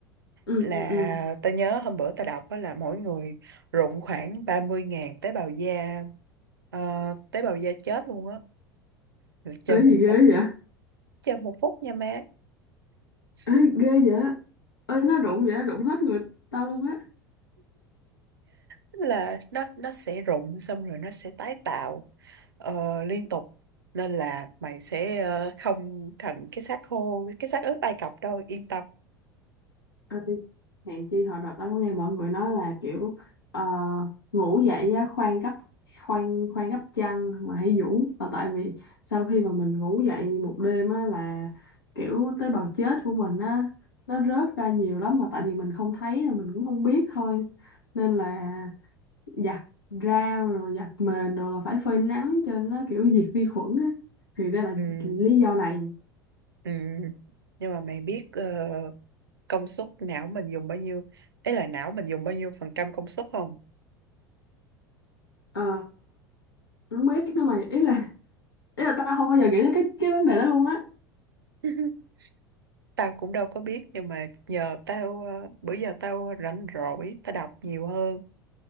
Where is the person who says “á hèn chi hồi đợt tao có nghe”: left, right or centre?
Left